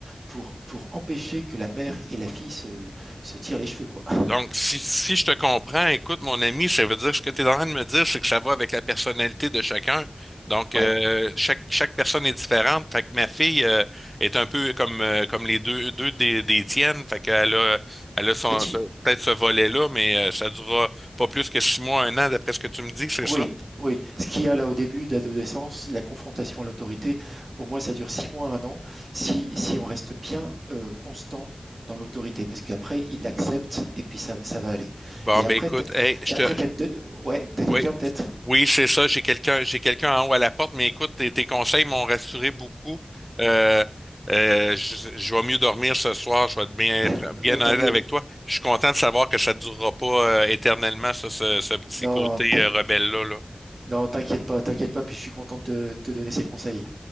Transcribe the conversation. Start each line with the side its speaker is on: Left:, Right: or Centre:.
Right: pour, pour empêcher que la mère et la fille se, se tirent les cheveux, quoi. <laughs>
Centre: Donc, si, si je te comprends, écoute, mon ami, ça veut dire ce que tu es en train de me dire, c'est que ça va avec la personnalité de chacun. Donc, euh,
Right: Ouais.
Centre: chaque, chaque personne est différente. Fait que ma fille euh, est un peu comme, euh, comme les deux, deux des, des tiennes. Fait qu'elle a, elle a son,
Right: Bah, tu-
Centre: ce- peut-être ce volet-là, mais euh, ça durera pas plus que six mois, un an, d'après ce que tu me dis, c'est
Right: oui,
Centre: ça?
Right: oui. Ce qu'il y a là au début d'adolescence, la confrontation à l'autorité, pour moi, ça dure six mois, un an, si, si on reste bien euh, constant dans l'autorité, parce qu'après, il l'accepte et puis ça, ça va aller.
Centre: Bon,
Right: Et après,
Centre: ben écoute,
Right: t'as-
Centre: hey, je
Right: et après,
Centre: te,
Right: t'as une deux- ouais, t'as quelqu'un
Centre: Oui,
Right: peut-être?
Centre: oui, c'est ça. J'ai quelqu'un, j'ai quelqu'un en haut à la porte, mais écoute, tes, tes conseils m'ont rassuré beaucoup. Euh, euh, je, je vais mieux dormir ce soir. Je vais être bien, être
Right: <laughs>
Centre: bien honnête
Right: tant mieux.
Centre: avec toi. Je suis content de savoir que ça ne durera pas euh, éternellement, ça, ce, ce petit
Right: Non,
Centre: côté
Right: non,
Centre: euh, rebelle-là, là.
Right: non, t'inquiète pas, t'inquiète pas, puis je suis content de te donner ces conseils.